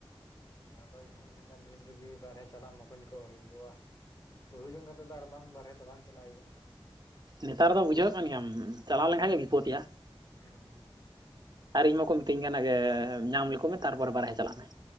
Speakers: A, on the left; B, on the right.
A: ᱟᱫᱚ ᱤᱧ ᱢᱮᱱ <inaudible> ᱱᱤᱛ ᱨᱤᱜᱮ ᱵᱟᱨᱦᱮ ᱪᱟᱞᱟᱣ ᱢᱚᱠᱚᱧ ᱠᱚ ᱦᱩᱭᱩᱜ ᱚᱜᱼᱟ᱾ ᱵᱟᱹᱦᱩ ᱡᱚᱝ ᱠᱟᱛᱮᱫ ᱫᱚ ᱟᱨ ᱵᱟᱝ ᱵᱟᱨᱦᱮ ᱫᱚ ᱵᱟᱝ ᱪᱟᱞᱟᱣ ᱦᱩᱭᱩᱜᱼᱟ᱾
B: ᱱᱮᱛᱟᱨ ᱫᱚ ᱵᱩᱡᱷᱟᱹᱜ ᱠᱟᱱ ᱜᱮᱭᱟᱢ ᱪᱟᱞᱟᱣ ᱞᱮᱱᱠᱷᱟᱱ ᱜᱮ ᱵᱤᱯᱚᱛᱭᱟ᱾
A: ᱦᱮᱸ
B: ᱟᱨ ᱤᱧ ᱢᱟᱠᱚ ᱢᱤᱛᱟᱹᱧ ᱠᱟᱱᱟ ᱡᱮ ᱧᱟᱢ ᱞᱤᱠᱩ ᱢᱮ ᱛᱟᱨᱯᱚᱨᱮ ᱵᱟᱨᱦᱮ ᱪᱟᱞᱟᱜ ᱢᱮ᱾